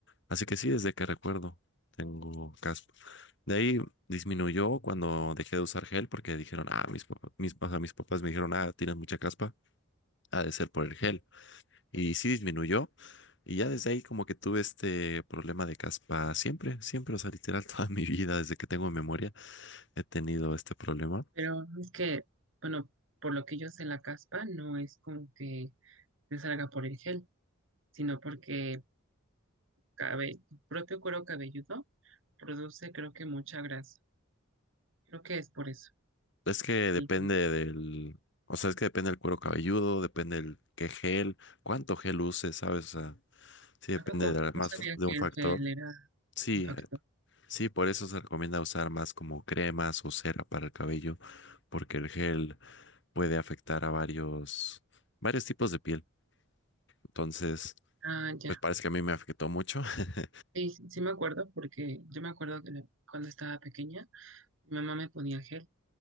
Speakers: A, on the left; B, on the right.
A: Así que sí, desde que recuerdo tengo caspa. De ahí disminuyó cuando dejé de usar gel porque dijeron, ah, mis papás, mis, ajá, mis papás me dijeron, ah, tienes mucha caspa, ha de ser por el gel. Y sí disminuyó. Y ya desde ahí como que tuve este problema de caspa siempre, siempre, o sea, literal <laughs> toda mi vida, desde que tengo memoria, he tenido este problema.
B: Pero es que, bueno, por lo que yo sé, la caspa no es como que te salga por el gel, sino porque cabe, tu propio cuero cabelludo produce, creo que, mucha grasa. Creo que es por eso.
A: Es que depende
B: Y
A: del, o sea, es que depende del cuero cabelludo, depende del qué gel, cuánto gel uses, ¿sabes? O sea, sí depende
B: tampoco,
A: de
B: no
A: más
B: sabía
A: de
B: que
A: un factor.
B: el gel era
A: Sí,
B: un factor.
A: eh, sí, por eso se recomienda usar más como cremas o cera para el cabello, porque el gel puede afectar a varios, varios tipos de piel. Entonces,
B: Ah, ya.
A: pues parece que a mí me afectó mucho. <laughs>
B: Sí, sí sí me acuerdo porque yo me acuerdo que la- cuando estaba pequeña, mi mamá me ponía gel